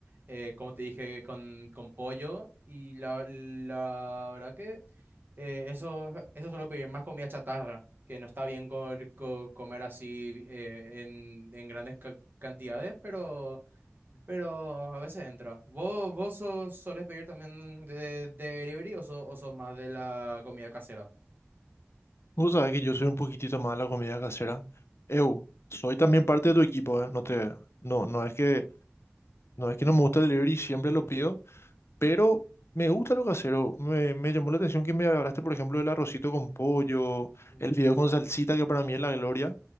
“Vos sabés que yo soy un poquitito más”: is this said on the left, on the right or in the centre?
Left